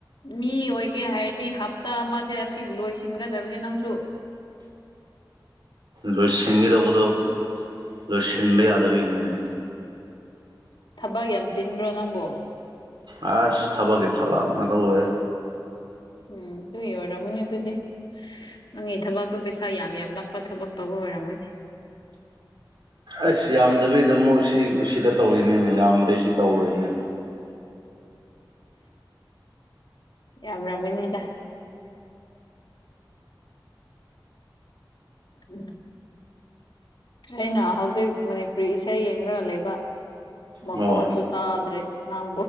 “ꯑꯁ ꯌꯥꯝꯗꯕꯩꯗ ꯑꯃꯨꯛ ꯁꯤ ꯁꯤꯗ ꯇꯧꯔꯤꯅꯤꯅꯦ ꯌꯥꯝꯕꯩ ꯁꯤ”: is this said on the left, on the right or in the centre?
Right